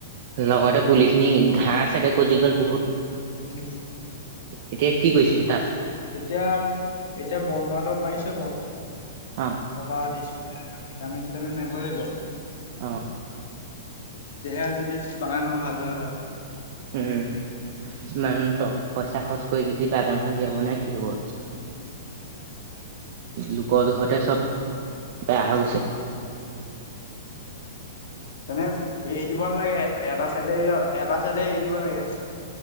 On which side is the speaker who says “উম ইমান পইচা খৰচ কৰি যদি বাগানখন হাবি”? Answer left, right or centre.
Right